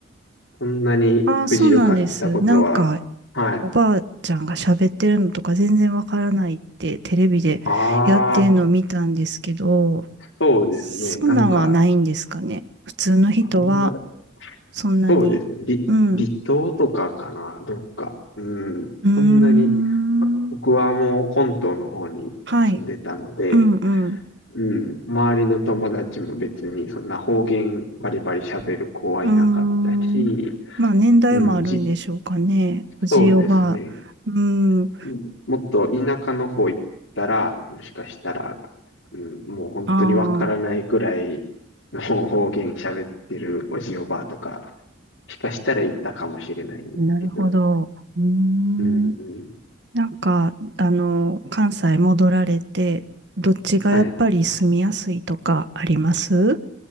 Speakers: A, on the left (about 70°); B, on the right (about 60°).
A: そんなに不自由感じたことは、
B: ああ、そうなんです。なんか、
A: はい。
B: おばあちゃんが喋ってるのとか全然わからないってテレビでやってるのを見たんですけど、
A: ああ、そうですね。
B: そんなんはないんですかね。
A: なんか、
B: 普通の人は、
A: あんま、
B: そんなに。
A: そうですね。り離島とかかな、
B: うん。
A: どっか。うん、
B: うーん。
A: そんなに、ま僕はもう本島の方に住んでたので、
B: はい。うんうん。
A: うん、周りの友達も別にそんな方言バリバリ喋る子はいなかったし、
B: うーん。まあ、年代もあるんでしょうかね。
A: うん、もうじ、
B: おじいおばあ。
A: そうですね。
B: うーん。
A: ももっと田舎の方行ったら、もしかしたら、うん、もう本当にわからないくらいの方言喋ってるおじおばあとか、
B: ああ、
A: もしかしたらいたかもしれないんですけど。
B: なるほど。うーん。
A: うんうん。
B: なんか、あの、関西戻られて、どっちがやっぱり住みやすいとかあります
A: はい。